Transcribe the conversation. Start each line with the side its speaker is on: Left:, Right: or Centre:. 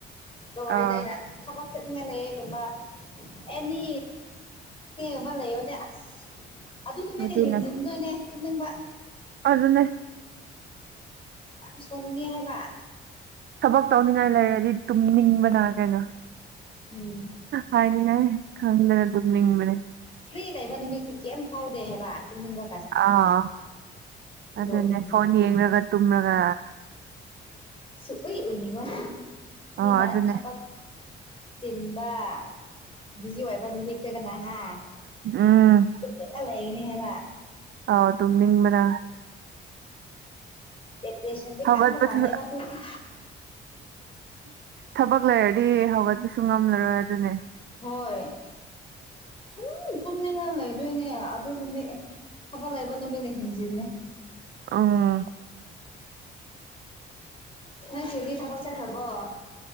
Left: ꯑꯗꯣ ꯋꯥꯔꯤꯗ
Right: ꯑꯥ
Left: ꯑꯩꯅ ꯊꯕꯛ ꯆꯠꯅꯤꯡꯉꯥꯢ ꯂꯩꯌꯦꯒꯨꯝꯕ ꯑꯦꯅꯤ ꯑꯃꯥ <inaudible> ꯂꯩꯌꯣꯗꯤ ꯑꯁ ꯑꯗꯨꯗꯨꯅ
Right: ꯑꯗꯨꯅꯦ
Left: ꯍꯦꯟꯖꯤꯟꯗꯣꯏꯅꯦ ꯇꯨꯝꯅꯤꯡꯕ
Right: ꯑꯗꯨꯅꯦ
Left: ꯌꯥꯝ ꯁꯥꯎꯅꯤꯡꯉꯦ ꯍꯥꯏꯕ
Right: ꯊꯕꯛ ꯇꯧꯅꯤꯡꯉꯥꯏ ꯂꯩꯔꯗꯤ ꯇꯨꯝꯅꯤꯡꯕꯅ ꯀꯩꯅꯣ
Left: ꯎꯝ
Right: ꯍꯥꯏꯅꯤꯡꯉꯥꯏ ꯈꯪꯗꯅ ꯇꯨꯝꯅꯤꯡꯕꯅꯦ
Left: ꯐ꯭ꯔꯤ ꯂꯩꯕ ꯅꯨꯃꯤꯠꯇꯤ ꯀꯩꯝ ꯐꯥꯎꯗꯦ ꯍꯥꯏꯕ ꯇꯨꯝꯅꯤꯡꯕ
Right: ꯑꯥ ꯑꯗꯨꯅꯦ
Left: ꯎꯝ
Right: ꯐꯣꯟ ꯌꯦꯡꯂꯒ ꯇꯨꯝꯂꯒ
Left: ꯁꯨꯛꯎꯏ ꯎꯏꯅꯤꯡꯉꯣ ꯃꯤꯅ
Right: ꯑꯣ ꯑꯗꯨꯅꯦ
Left: ꯊꯕꯛ ꯆꯤꯟꯕ ꯕꯤꯖꯤ ꯑꯣꯏꯕ ꯅꯨꯃꯤꯠꯇꯅ ꯍꯥ
Right: ꯎꯝ
Left: ꯇꯨꯝꯅꯤꯡꯉ ꯂꯩꯒꯅꯤ ꯍꯥꯏꯕ
Right: ꯑꯥꯎ ꯇꯨꯝꯅꯤꯡꯕꯅ
Left: ꯇꯦꯝꯇꯦꯁꯟꯗꯤ
Right: ꯍꯒꯠꯄ
Left: ꯀꯟꯕꯖꯥꯠꯅꯦꯕ
Right: <inaudible>
Left: ꯑꯩꯈꯣꯏ
Right: ꯊꯕꯛ ꯂꯩꯔꯗꯤ ꯍꯧꯒꯠꯄꯁꯨ ꯉꯝꯂꯔꯣꯏ ꯑꯗꯨꯅꯦ
Left: ꯍꯣꯏ ꯁꯨꯝ ꯇꯨꯝꯅꯤꯡꯉꯥ ꯂꯩꯗꯣꯏꯅꯦ ꯑꯗꯨ ꯅꯨꯃꯤꯠ ꯊꯕꯛ ꯂꯩꯕ ꯅꯨꯃꯤꯠꯅ ꯍꯦꯟꯖꯤꯟꯅꯦ <inaudible>
Right: ꯎꯝ
Left: ꯅꯣꯏ ꯆꯦꯗꯤ ꯊꯕꯛ ꯆꯠꯈꯔꯥꯕꯣ